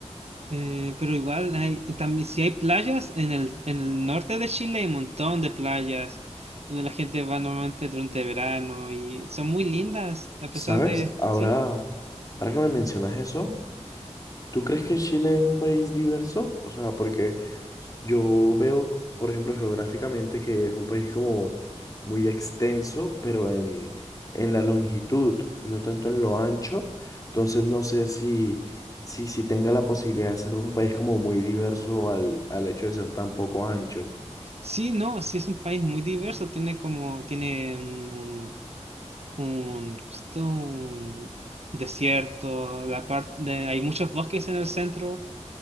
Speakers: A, on the right; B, on the left.
A: eh, pero igual hay, también si hay playas, en el, en el norte de Chile hay un montón de playas, donde la gente va normalmente durante verano y son muy lindas, a pesar
B: ¿Sabes?
A: de,
B: Ahora,
A: sí.
B: ahora que me mencionas eso, ¿tú crees que Chile es un país diverso? O sea, porque yo veo, por ejemplo, geográficamente que es un país como muy extenso, pero en, en la longitud, no tanto en lo ancho. Entonces no sé si, si, si tenga la posibilidad de ser un país como muy diverso al, al hecho de ser tan poco ancho.
A: Sí, no, sí es un país muy diverso, tiene como, tiene un, un, un, ¿cómo se llama? un desierto, la parte hay muchos bosques en el centro